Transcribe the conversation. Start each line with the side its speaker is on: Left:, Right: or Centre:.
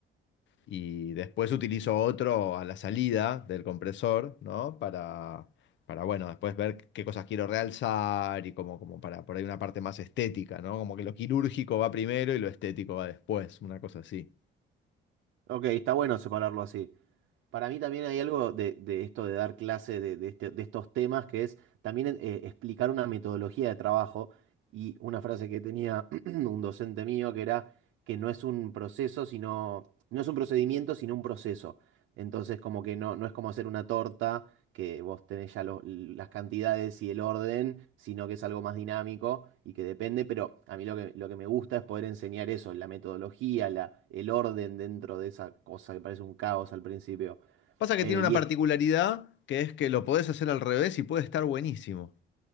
Left: y después utilizo otro a la salida del compresor, ¿no? Para, para bueno, después ver qué cosas quiero realzar y como, como para por ahí una parte más estética, ¿no? Como que lo quirúrgico va primero y lo estético va después, una cosa así.
Right: Ok, está bueno separarlo así. Para mí también hay algo de, de esto de dar clase de, de este- de estos temas, que es también eh, explicar una metodología de trabajo y una frase que tenía <clears throat> un docente mío que era que no es un proceso, sino, no es un procedimiento, sino un proceso. Entonces, como que no, no es como hacer una torta, que vos tenés ya lo- las cantidades y el orden, sino que es algo más dinámico y que depende, pero a mí lo que, lo que me gusta es poder enseñar eso, la metodología, la, el orden dentro de esa cosa que parece un caos al principio.
Left: Pasa que
Right: Eh,
Left: tiene
Right: y
Left: una particularidad
Right: es
Left: que es que lo podés hacer al revés y puede estar buenísimo.